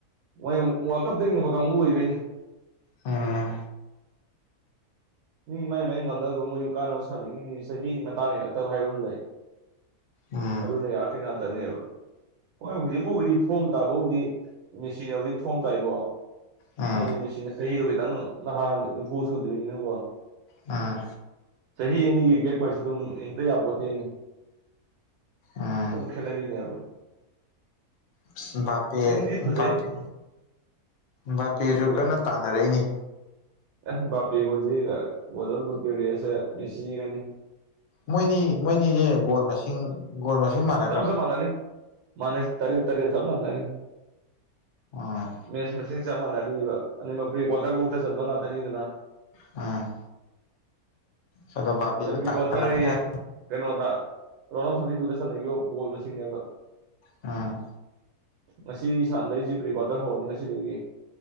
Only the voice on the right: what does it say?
ꯃꯣꯏ ꯋꯥ꯭ꯔꯜ ꯀꯞꯇ ꯌꯦꯡꯅꯤꯡꯕ ꯀꯥꯡꯕꯨ ꯑꯣꯏꯗꯣꯏꯅꯤ
ꯃꯤ ꯃꯥꯏ ꯃꯥꯏ ꯉꯝꯅꯅꯕ ꯃꯣꯏꯖꯨ ꯀꯥꯟꯅꯕ ꯁꯥꯟꯅꯤꯡꯉꯤꯅꯤ ꯆꯍꯤ ꯃꯇꯥꯡ ꯌꯥꯔꯛꯇꯕ ꯍꯥꯏꯕ ꯑꯃ ꯂꯩ
ꯑꯗꯨꯅ ꯌꯥꯔꯛꯇ꯭ꯔꯤ ꯉꯥꯛꯇꯅꯦꯕ ꯍꯣꯏ ꯍꯧꯖꯤꯛꯄꯨꯒꯤꯗꯤ ꯐꯣꯔꯝ ꯇꯥꯕꯕꯨꯗꯤ ꯃꯦꯁꯤꯅꯕꯨꯗꯤ ꯐꯣꯔꯝ ꯇꯥꯏꯀꯣ
ꯍꯥꯏꯗꯤ ꯃꯦꯁꯤꯅ ꯆꯍꯤꯗꯣ ꯈꯤꯇꯪ ꯅꯍꯥꯟ ꯅꯤꯐꯨ ꯁꯨꯗ꯭ꯔꯤꯅꯤꯅꯀꯣ
ꯆꯍꯤ ꯑꯅꯤꯒꯤ ꯒꯦꯞ ꯀꯥꯏꯁꯦ ꯑꯗꯨꯝ ꯍꯦꯛꯇ ꯌꯥꯄꯣꯇꯦꯅꯦ
ꯑꯗꯨꯝ ꯈꯦꯅꯕꯤꯅꯦꯕ
ꯇꯤꯝꯗꯤ ꯐꯖꯩ
ꯂꯣꯏꯅ
ꯑꯦ ꯕꯥꯄꯦꯒꯣꯖꯤ ꯒꯣꯜꯗꯟꯕꯨꯠꯀꯤ ꯔꯦꯁꯦ ꯃꯦꯁꯤꯒꯅꯤ
ꯆꯞ ꯆꯞ ꯃꯥꯟꯅꯅꯤ ꯃꯥꯟꯅꯩ ꯇꯔꯦꯠ ꯇꯔꯦꯠ ꯆꯞ ꯃꯥꯟꯅꯔꯤ
ꯃꯦꯁ ꯃꯁꯤꯡ ꯆꯞ ꯃꯥꯟꯅꯔꯤꯕ ꯑꯅꯤꯃꯛ ꯄ꯭ꯔꯤ ꯀ꯭ꯋꯥꯇꯔ ꯕꯛꯇ ꯆꯟꯕ ꯉꯥꯛꯇꯅꯤꯗꯅ
ꯄ꯭ꯔꯤ
ꯀ꯭ꯋꯥꯇꯔꯌꯦ
ꯀꯩꯅꯣꯗ ꯔꯣꯅꯞ ꯁꯗꯤꯗꯨꯗꯁꯟꯅꯈꯤꯕꯣ ꯒꯣꯜ ꯃꯁꯤꯡꯅꯦꯕ <inaudible>
ꯉꯁꯤ ꯁꯥꯟꯗꯣꯢꯁꯦ ꯄ꯭ꯔꯤꯀ꯭ꯋꯥꯇꯔ ꯍꯧꯔꯅꯤ ꯉꯁꯤꯗꯒꯤ